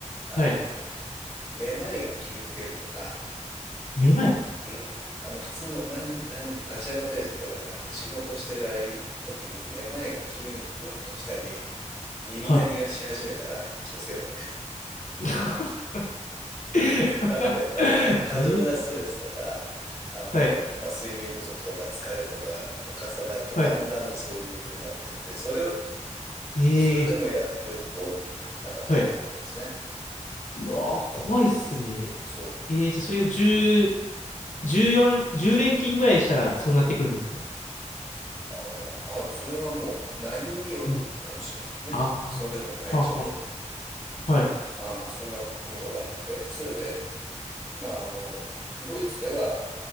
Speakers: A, in the centre; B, on the left.
A: あの、
B: はい。
A: めまいが急に出るとか、
B: めまい。
A: うん。あの、普通の、なん、なん、立ち上がってとかじゃなくて、仕事をしてる時に、めまいが急にぐわっと来たり、耳鳴りがし始めたら、
B: は
A: 気をつけた方がいいです。
B: い。<laughs>
A: あのね、あ、
B: えー
A: か、過剰なストレスとか、あの、
B: はい。
A: まあ、睡眠不足とか疲れとかが重なると、
B: はい。
A: だんだんでそういう風になってって、それを、
B: えー
A: それでもやってると、なんか大変みたいですね。
B: はい。うわー、怖いっすね。
A: うん。そう。
B: えー、じゃあそれが10、14、10連勤ぐらいしたらそうなってくるんですか
A: ああ、かそれはもう内容によるかもしれないね。
B: うん。ああ、
A: その時の体調とね。
B: はあはあ、はい。
A: まあまあ、そんなことがあって、それで、まあ、あの、ドイツでは、